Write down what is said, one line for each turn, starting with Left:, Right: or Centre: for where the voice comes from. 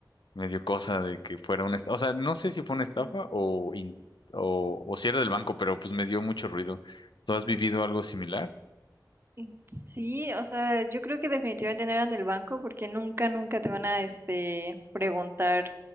Left: me dio cosa de que fuera una estafa. O sea, no sé si fue una estafa
Right: Mm, mm,
Left: o, in- o, o si era del banco, pero pues me dio mucho ruido. ¿Tú has vivido algo similar?
Right: y Sí, o sea, yo creo que definitivamente no eran del banco porque nunca, nunca te van a, este, preguntar,